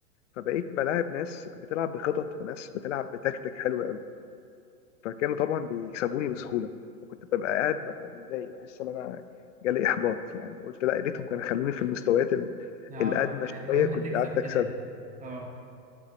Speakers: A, on the left (about 45°); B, on the right (about 15°).
A: فبقيت بلاعب ناس بتلعب بخطط وناس بتلعب بتكتيك حلو فكانوا طبعا بيكسبوني بسهوله وكنت ببقى قاعد بقى متضايق بحس ان انا جالي احباط يعني قلت لا يا ريتهم كانوا خلوني في المستويات ال-
B: اه
A: الادنى
B: المهم
A: شويه كنت
B: تكسب
A: قعدت
B: كده
A: اكسب
B: أنا اه